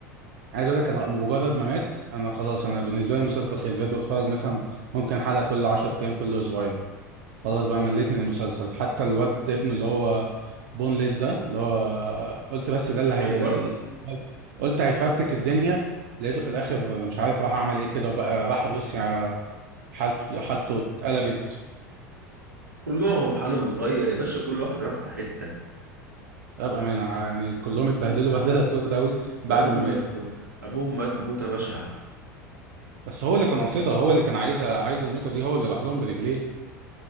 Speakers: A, on the right; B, on the right.
A: عايز اقول لك انا مجرد ما مات انا خلاص انا بالنسبة لي المسلسل خلص بقيت بتفرج مثلا ممكن حلقة كل 10 ايام كل اسبوعين خلاص بقى مليت من المسلسل حتى الواد ابنه اللي هو بون ليس ده اللي هو قلت بس ده اللي هي
B: ايفر
A: قلت هيفرتك الدنيا لقيته في الاخر مش عارف راح عمل ايه كده وبقى راح روسيا حالته حالته اتقلبت
B: كلهم حالهم اتغير يا باشا كل واحد راح في حته
A: ابقى مانع يعني كلهم اتبهدلوا بهدله سوداوي بعد
B: ده ابوهم
A: ما مات
B: مات ابوهم مات موته بشعه
A: بس هو اللي كان قاصدها هو اللي كان عايزها عايز الموتة دي هو اللي راح لهم برجليه